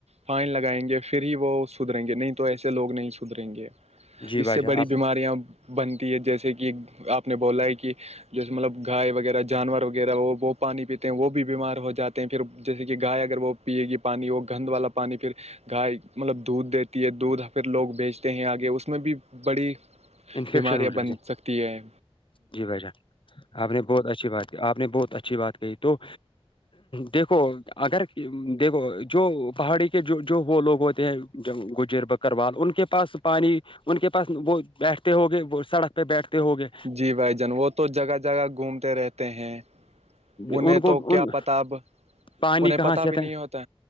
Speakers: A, on the right; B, on the left.
A: فائن لگائیں گے پھر ہی وہ سدھرریں گے نہیں تو ایسے لوگ نہیں سدھریں گے
B: جان جی
A: اس
B: بھائی
A: سے
B: جان
A: بڑی
B: آپ
A: بیماریاں بنتی ہے جیسے کہ آپ نے بولا ہے کہ جیسے مطلب گائے وغیرہ جانور وغیرہ وہ وہ پانی پیتے ہیں وہ بھی بیمار ہو جاتے ہیں پھر جیسے کہ گائے اگر وہ پیے گی پانی وہ گند والا پانی پھر گائے مطلب دودھ دیتی ہے دودھ پھر لوگ بیچتے ہیں آگے اس میں بھی بڑی
B: انفیکشن
A: بیماریاں
B: ہو جاتے
A: بن سکتی ہیں
B: جی بھ جان آپ نے بہت اچھی بات آپ نے بہت اچھی بات کہی تو دیکھو اگر دیکھو جو پہاڑی کے جو جو وہ لوگ ہوتے ہیں گجر بک کروا ان کے پاس پانی ان کے پاس وہ بیٹھتے ہوگے وہ سڑک پہ بیٹھتے ہوگے
A: جی بھائی جان وہ تو جگہ جگہ گھومتے رہتے ہیں انہیں
B: ان کو
A: تو کیا
B: ان
A: پتا اب
B: پانی
A: انہیں
B: کہاں
A: پتا
B: سے آتا
A: بھی نہیں
B: ہے
A: ہوتا